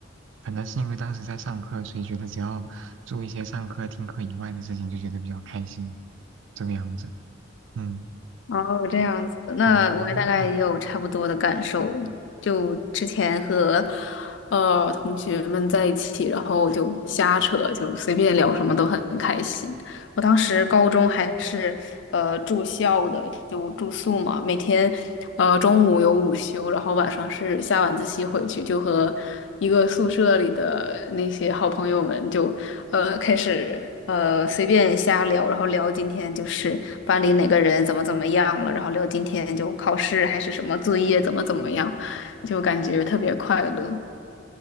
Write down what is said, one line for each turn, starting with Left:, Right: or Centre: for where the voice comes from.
Right: 可能是因为当时在上课，所以觉得只要做一些上课、听课以外的事情，就觉得比较开心，这个样子。嗯
Left: 哦，这样子，
Right: 对
Left: 那我大概也有差不多的感受。
Right: 嗯，因为嗯嗯。
Left: 就之前和呃同学们在一起，然后就瞎扯，就随便聊什么都很开心。我当时高中还是呃住校的，就住宿嘛，每天呃中午有午休，然后晚上是下晚自习回去，就和一个宿舍里的那些好朋友们就呃，开始呃随便瞎聊，然后聊今天就是班里哪个人怎么怎么样了，然后聊今天就考试还是什么作业怎么怎么样，就感觉特别快乐。